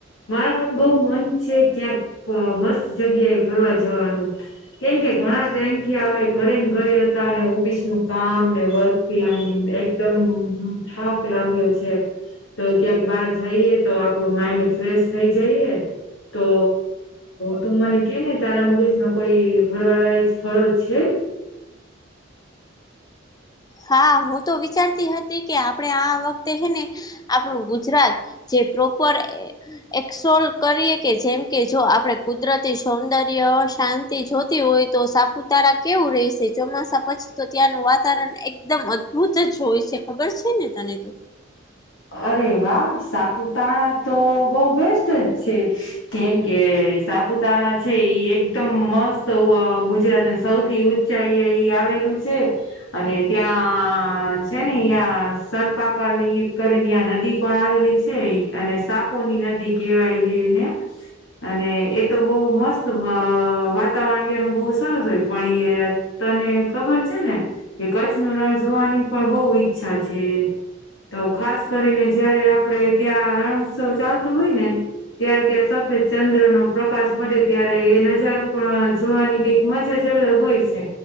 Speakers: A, on the left; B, on the left.
A: મારા પણ બહુ મન છે ક્યાંક મસ્ત જગ્યાએ ફરવા જવાનું કેમ કે ઘણા ટાઈમ થી આવે ઘરે ને ઘરે ઓફિસ નું કામ ને વર્ક આમ એકદમ થાક લાગ્યો છે તો ક્યાંક બાર જઈએ તો આપણ માઈન્ડ ફ્રેશ થઈ જઈએ તો તું મને કે ને તારા મગજમાં કોઈ ફરવાલાયક સ્થળો જ છે
B: હા હું તો વિચારતી હતી કે આપણે આ વખતે હેને આપણું ગુજરાત જે પ્રોપર એક્સોલ કરીએ કે જેમ કે જો આપણેે કુદરતી સૌંદર્ય શાંતિ જોતી હોય તો સાપુતારા કેવું રહીશે ચોમાસા પછી તો ત્યાંનું વાતાવરણ એકદમ અદ્ભુત જ હોય છે ખબર છે ને તને તો
A: અરે વાહ સાપુતારા તો બહુ બેસ્ટ જ છે કેમ કે સાપુતારણા છે એકદમ મસ્ત ગુજરાતને સૌથી આવેલું છે અને ત્યાં છે ને અં સતપાક ની કરીને આ નદી પણ આવેલી છે અને સાપોની નદી કેવાય હ એને અને એ તો બહુ મસ્ત વાતાવરણનું બહુ સરસ હોય પણ એ તને ખબર છે ને કે કચ્છ ન રણ જોવાની પણ બહુ ઈચ્છા છે તો ખાસ કરીને જયારે આપડે ત્યાં રણોત્સવ ચાલતું હોય ને ત્યારે ત્યાં સફેદ ચંદ્ર નો પ્રકાશ પડે ત્યારે એ નજારો પણ જોવાની કઈક મજ હજ લગ હોય છે